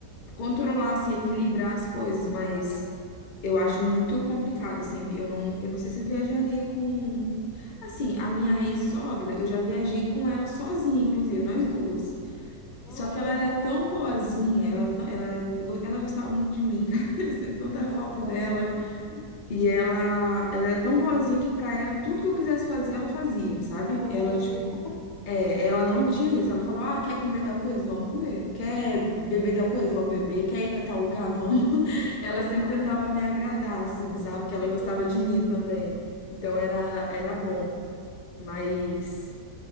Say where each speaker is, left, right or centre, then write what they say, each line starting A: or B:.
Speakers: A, on the left; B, on the left.
A: controlar, assim, equilibrar as coisas,
B: As-
A: mas.
B: é.
A: Eu acho muito complicado, assim, eu não, eu não sei se eu viajaria com... Assim, a minha ex-sogra, eu já viajei com ela sozinha, inclusive, nós duas.
B: Ah,
A: Só que ela
B: legal.
A: era tão boazinha, ela, tão- ela, ela gostava muito de mim, <laughs> cara, eu sinto tanta
B: Aham.
A: falta dela. E ela, ela era tão boazinha que pra ela, tudo que eu quisesse fazer, ela fazia, sabe?
B: Ela fazia.
A: Ela,
B: <laughs>
A: é, ela não tinha isso. Ela falou: ah, quer comer tal coisa? Vamos comer. Quer beber tal coisa? Vamos beber. Quer ir pra tal lugar? Vamos. <laughs> Ela
B: Aham.
A: sempre tentava me agradar, assim, sabe? Que ela
B: Que
A: gostava
B: bonitinha.
A: de mim também. Então era,
B: Ah,
A: era bom. Mas,